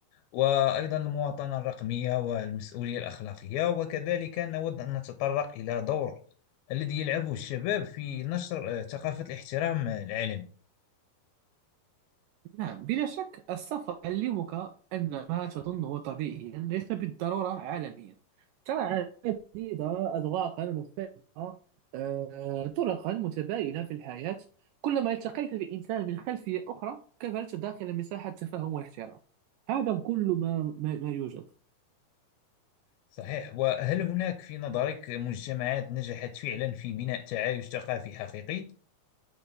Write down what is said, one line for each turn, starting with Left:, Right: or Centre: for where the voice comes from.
Left: وأيضا المواطنة الرقمية والمسؤولية الأخلاقية وكذلك نود أن نتطرق إلى دور الذي يلعبه الشباب في نشر آه، ثقافة الاحترام العالمي
Right: نعم بلا شك السفر يعلمك أن ما تظنه طبيعيا ليس بالضرورة عالميا ترى عادات جديدة أذواقا مختلفة آه، طرقا متباينة في الحياة كلما التقيت بإنسان من خلفية أخرى كبرت داخل مساحة تفاهم واحترام هذا كل ما ما, ما يوجد
Left: صحيح وهل هناك في نظرك مجتمعات نجحت فعلا في بناء تعايش ثقافي حقيقي